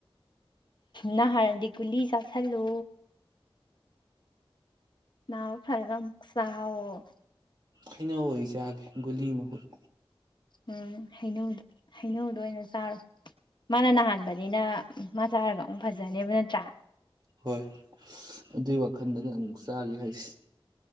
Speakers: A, on the left; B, on the right.
A: ꯅꯍꯔꯗꯒꯂꯤ ꯆꯂꯣ ꯅꯅꯥ ꯐꯔꯒ ꯆꯥꯎꯑꯣ
B: ꯈꯩꯅꯧ ꯑꯣꯏ ꯆꯥꯒꯦ ꯒꯨꯂꯤ ꯃꯍꯨꯠ
A: ꯎꯝ ꯍꯩꯅꯧ ꯍꯩꯅꯧꯗꯣ ꯑꯣꯏꯅ ꯆꯥꯔꯣꯏ ꯃꯥꯅ ꯅꯍꯥꯟ ꯅꯤꯅ ꯆꯥꯔꯒ ꯑꯃꯨꯛ ꯐꯖꯅꯦꯕ ꯅꯠꯇ꯭ꯔꯥ
B: ꯍꯣꯏ ꯑꯗꯨꯏ ꯋꯥꯈꯜꯗꯅꯦ ꯑꯃꯨꯛ ꯆꯥꯒꯦ ꯍꯥꯏꯁ